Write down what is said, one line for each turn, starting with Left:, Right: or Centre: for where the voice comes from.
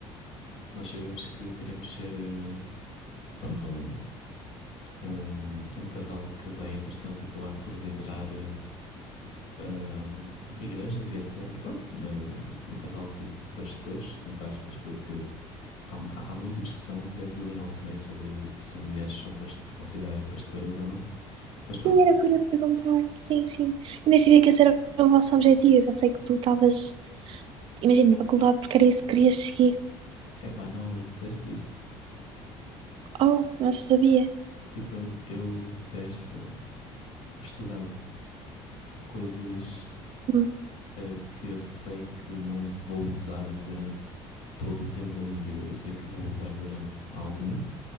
Left: nós sabemos que queremos ser, eh, pronto, um, um, um casal que vai entretanto acabar por liderar eh, ahm, igrejas e etc. Pronto, eh, um um casal de pastores, entre aspas, porque há, há- há muita discussão dentro do nosso meio sobre se mulheres são past- consideradas pastoras ou não. Mas pronto,
Right: Sim, era o que eu ia perguntar. Sim, sim. E nem sabia que esse era o vosso objetivo. Eu pensei que tu estavas, imagina, na faculdade porque era isso que querias seguir.
Left: é pá, não, eu detesto isto.
Right: Oh, não sabia.
Left: Tipo, eu, eu detesto estudar coisas
Right: Uhum.
Left: eh, que eu sei que não vou usar durante todo o tempo da minha vida. Eu sei que vou usar durante algum.